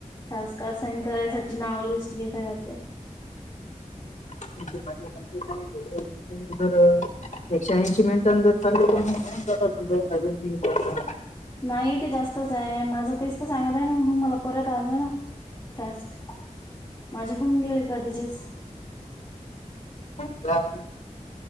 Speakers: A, on the left; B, on the left.
A: टास्का साईन करायसाठी नावं लिस्ट घेताय वाटत.
B: <unintelligible> दरं, एकशेऐंशी मींटा <unintelligible>
A: नायी ते जास्तच हाये, माझं तेच त सांगताय ना, म्हुन मला परत आलं. टास्क, माझे हुन गेले कधिचेेच.
B: <unintelligible>